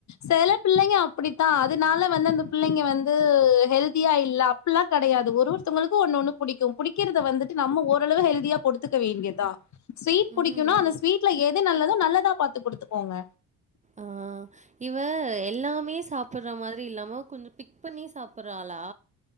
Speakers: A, on the left; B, on the right.
A: செல பிள்ளைங்க அப்டித்தா அதுனால வந்து அந்த பிள்ளைங்க வந்து ஹெல்தியா இல்ல அப்லா கெடையாது ஒரு ஒருத்தவுங்களுக்கு ஒன்னு ஒன்னு புடிக்கு புடிக்கிறத வந்துட்டு நம்ம ஓரளவு ஹெல்தியா கொடுத்துக்க வேண்டியதா ஸ்வீட்
B: ம்.
A: புடிக்கும்னா அந்த ஸ்வீட்ல எது நல்ல தா நல்லதா பாத்து குடுத்துக்கோங்க
B: ஆஹ்ன் இவ எல்லாமே சாப் பிடுற மாரி இல்லாம கொஞ்சம் பிக் பண்ணி சாப்பிடுற ஆளா